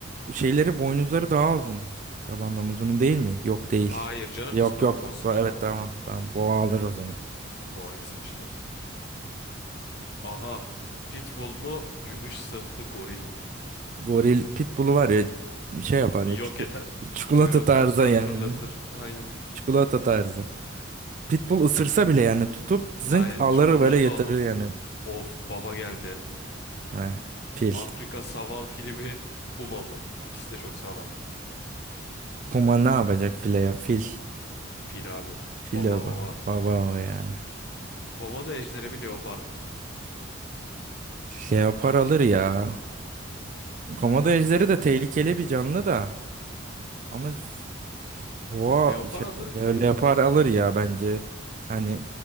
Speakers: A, on the right; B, on the left.
A: şeyleri boynuzları daha uzun. Yaban domuzunun değil mi? Yok değil.
B: Hayır canım
A: Yok
B: İspanyol
A: yok.
B: boğasının
A: Da- Evet
B: daha
A: tamam.
B: uzun.
A: Tamam boğa alır o zaman.
B: Boğayı seçtim. Aha. Pitbull mu gümüş sırtlı goril mi?
A: Goril pitbull'u var ya şey yapar
B: Yok
A: ya çuku-
B: eder.
A: çikolata
B: Kuyruğundan
A: tarzı
B: tutar
A: yani.
B: fırlatır. Aynen.
A: Çikolata tarzı. Pitbull ısırsa bile yani tutup zınk
B: Aynen
A: alır
B: hiç umurunda
A: böyle yatırır
B: olmaz.
A: yani.
B: Of baba geldi.
A: Heh, fil.
B: Afrika savan fili mi puma mı? İkisi de çok sağlam.
A: Puma ne yapacak file ya fil.
B: Fil abi.
A: Fil
B: Baba
A: baba,
B: baba.
A: baba o yani.
B: Komodo ejderi mi leopar mı?
A: Leopar alır ya. Komodo ejderi de tehlikeli bir canlı da. Ama z- boğa
B: Leopar
A: şey,
B: alır gibi
A: le-
B: ya.
A: leopar alır ya bence. Hani